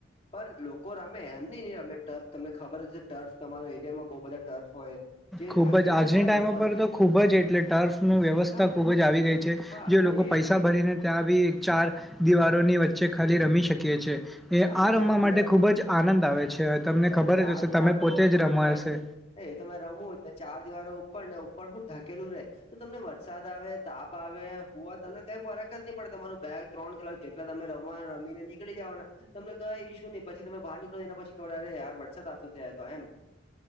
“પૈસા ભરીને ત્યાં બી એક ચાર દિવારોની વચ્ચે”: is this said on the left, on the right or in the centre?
Centre